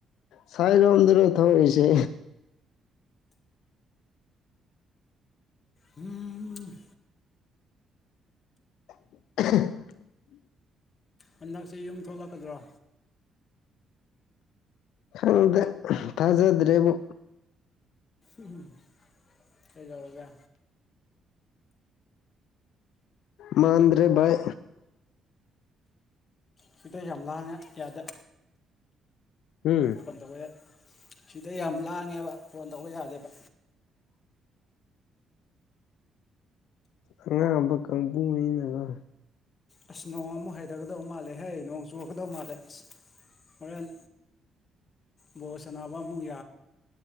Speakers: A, on the left; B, on the left.
A: ꯁꯥꯏ ꯔ ꯑꯗꯔꯣ ꯊꯑꯣꯣꯏꯁ
B: ꯎꯝ
A: <unintelligible>
B: ꯍꯟꯗꯛꯁꯤꯦ ꯌꯨꯝ ꯊꯣꯛꯂꯛꯀꯗ꯭ꯔꯥꯣ
A: ꯈꯪꯗ ꯊꯥꯖꯗ꯭ꯔꯦꯕꯨ
B: ꯎꯝ ꯀꯖꯕꯒ
A: ꯃꯥꯟꯗ꯭ꯔꯦꯚꯥꯏ
B: ꯁꯤꯗ ꯌꯥꯝ ꯂꯥꯡꯉꯦ ꯌꯥꯗꯦ
A: ꯎꯝ
B: ꯐꯣꯟ ꯇꯧꯕ ꯌꯥꯏ ꯁꯤꯗ ꯌꯥꯝ ꯂꯥꯡꯉꯦꯕ ꯐꯣꯟ ꯇꯧꯕ ꯌꯥꯗꯦꯕ
A: ꯑꯉꯥꯡꯕ ꯀꯥꯡꯕꯨꯅꯤꯩꯅꯒ
B: ꯑꯁ ꯅꯣꯡ ꯑꯃꯨꯛ ꯍꯩꯊꯒꯗꯧ ꯃꯥꯜꯂꯦ ꯍꯌꯦ ꯅꯣꯡ ꯆꯨꯒꯗꯧ ꯃꯥꯜꯂꯦ ꯑꯁ ꯍꯣꯔꯦꯟ ꯕꯣ ꯁꯅꯥꯅꯕ ꯑꯃꯨꯛ